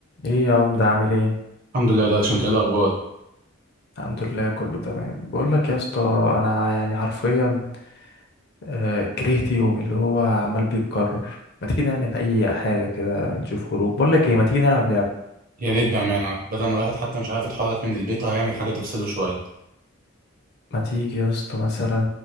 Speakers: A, on the left; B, on the right.
A: ايه يا عم ده عامل ايه
B: الحمد لله ده عشان ايه الاخبار
A: الحمد لله كله تمام بقول لك يا اسطى انا يعني حرفيا آه، كرهت يوم اللي هو عمال بيتكرر ما تيجي نعمل اي حاجه كده نشوف خروج بقول لك ايه ما تيجي نلعب لعبه
B: يا ريت بامانه بدل ما الواحد حتى مش عارف يتحرك من البيت هيعمل حاجه تفصله شويه
A: ما تيجي يا اسطى مثلا